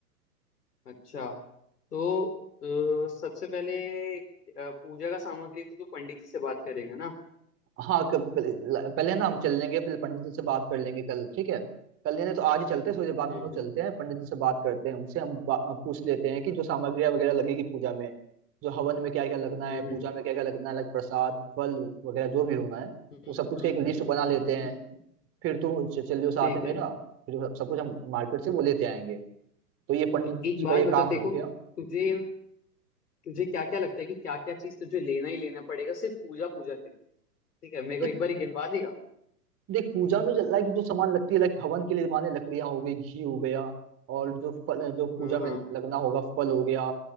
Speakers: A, on the left; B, on the right.
A: अच्छा तो अ, सबसे पहले अ, पूजा का सामग्री तो तू पंडित जी से बात करेगा ना
B: हाँ क- पहले पहले ना हम चल लेंगे फिर पंडित जी से बात कर लेंगे कल ठीक है कल यानी तो आज ही चलते हैं थोड़ी देर बाद
A: हम्म
B: हम लोग चलते
A: हम्म
B: हैं पंडित जी से बात करते हैं उनसे हम बा- अ, पूछ लेते हैं कि जो सामग्रियाँ वगैरह लगेगी पूजा में जो हवन में क्या क्या लगना
A: हम्म
B: है पूजा
A: हम्म
B: में क्या क्या लगना है अलग प्रसाद फल वगैरह जो भी होना है
A: हम्म
B: वो सब कुछ
A: हम्म
B: का एक लिस्ट
A: हम्म,
B: बना लेते
A: हम्म,
B: हैं
A: हम्म।
B: फिर तुम च- चलियो साथ
A: ठीक
B: में मेरा
A: है
B: फिर सब सब कुछ हम मार्केट से वो लेते आएंगे तो ये पंडित
A: तो एक
B: जी
A: बात
B: का ये
A: बता
B: काम
A: तेरे
B: हो
A: को
B: गया
A: तुझे तुझे क्या क्या लगता है कि क्या क्या चीज तुझे लेना ही लेना पड़ेगा सिर्फ पूजा पूजा के लिए ठीक है मेरे को
B: एक
A: एक बार ही गिनवा देगा
B: देख पूजा में लाइक जो सामान लगती है लाइक हवन के लिए माने लकड़ियां हो गई घी हो गया और जो फल जो पूजा
A: हाँ
B: में
A: हाँ
B: लगना होगा फल हो गया